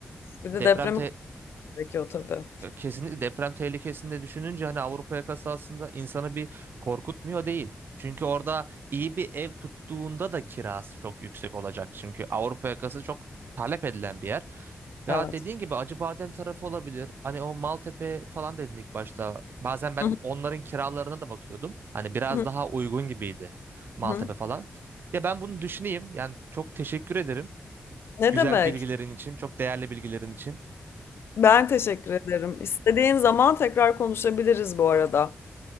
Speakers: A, on the left; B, on the right.
A: Bir de
B: Deprem
A: depremi
B: te-
A: konuşmak gerekiyor tabii.
B: Ya Kesinlikle deprem tehlikesini de düşününce hani Avrupa yakası aslında insanı bir korkutmuyor değil. Çünkü orada iyi bir ev tuttuğunda da kirası çok yüksek olacak. Çünkü Avrupa yakası çok talep edilen bir yer. Ya
A: Evet.
B: dediğin gibi Acıbadem tarafı olabilir. Hani o Maltepe falan dedin ilk başta. Bazen ben
A: Hı
B: onların kiralarına da bakıyordum. Hani biraz
A: hı,
B: daha uygun gibiydi Maltepe
A: hı hı.
B: falan. Ya ben bunu düşüneyim. Yani çok teşekkür ederim.
A: Ne
B: Güzel
A: demek?
B: bilgilerin için, çok değerli bilgilerin için.
A: Ben teşekkür ederim. İstediğin zaman tekrar konuşabiliriz bu arada.